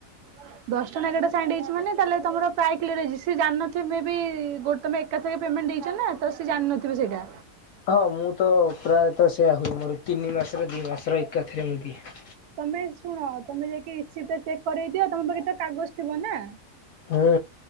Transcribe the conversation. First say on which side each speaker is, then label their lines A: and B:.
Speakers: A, on the right; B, on the left.
A: ହ ଦଶଟଙ୍କା ଏଗାରଟା ସାଇଁଣ୍ଡ ହେଇଛି ମାନେ ତମର ପ୍ରାୟ କ୍ଲିଅରହେଇଛି ସିଏ ଜାଣିନଥିବ ମେବି ଗୋଟେ ଏକାଥରେ ପେମେଣ୍ଟ ଦେଇଛନ୍ତି ନାଁ ତ ସେ ଜାଣିନଥିବେ ସେଇଟା
B: ହଁ ମୁଁ ତ ପ୍ରାୟତଃ ସେଇୟା ହୁଏ ମୋର ତିନି ମାସରେ ଦିଇ ମାସର ଏକାଥରେ ମୁଁ ଦିଏ
A: ତମେ ଶୁଣ ତମେ ଯାଇକି ରିସିପ୍ ଟା ଚେକ୍ କରେଇଦିଅ ତମ ପାଖେ ତ କାଗଜ ଥିବ ନା
B: ହୁଁ